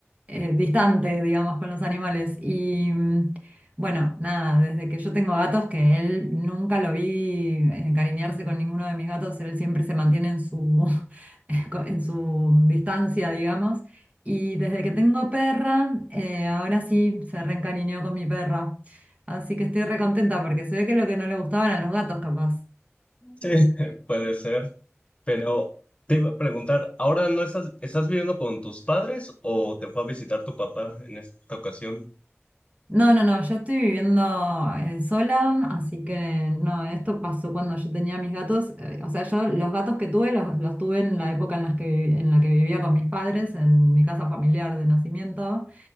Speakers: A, on the right; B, on the left.
A: eh, distante, digamos, con los animales. Y mm, bueno, nada, desde que yo tengo gatos, que él nunca lo vi eh, encariñarse con ninguno de mis gatos, él siempre se mantiene en su, <laughs> co- en su distancia, digamos. Y desde que tengo perra, eh, ahora sí se reencariñó con mi perra. Así que estoy recontenta porque se ve que lo que no le gustaban a los gatos, capaz.
B: Sí, <laughs> puede ser. Pero te iba a preguntar, ¿ahora no estás, estás viviendo con tus padres o te fue a visitar tu papá en esta ocasión?
A: No, no, no, yo estoy viviendo eh, sola, así que no, esto pasó cuando yo tenía mis gatos, eh, o sea, yo los gatos que tuve los, los tuve en la época en las que, vi- en la que vivía con mis padres, en mi casa familiar de nacimiento,